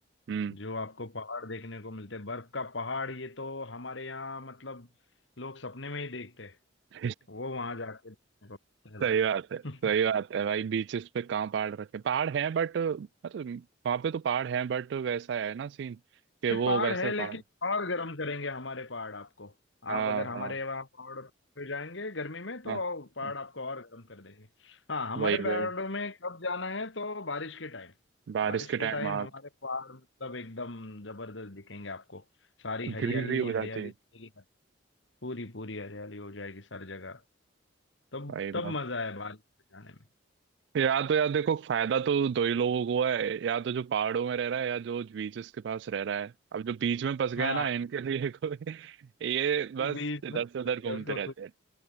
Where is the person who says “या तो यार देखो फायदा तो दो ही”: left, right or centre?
Right